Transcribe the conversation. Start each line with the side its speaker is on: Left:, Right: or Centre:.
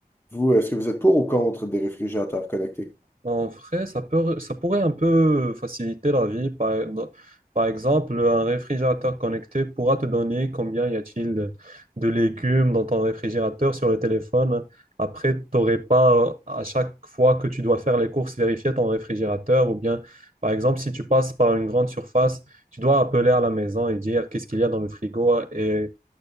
Left: Vous, est-ce que vous êtes pour ou contre des réfrigérateurs connectés?
Right: En vrai, ça peut, ça pourrait un peu faciliter la vie. Par, par exemple, un réfrigérateur connecté pourra te donner combien y a-t-il de, de légumes dans ton réfrigérateur sur le téléphone. Après, tu n'aurais pas euh, à chaque fois que tu dois faire les courses vérifier ton réfrigérateur. Ou bien, par exemple, si tu passes par une grande surface, tu dois appeler à la maison et dire qu'est-ce qu'il y a dans le frigo et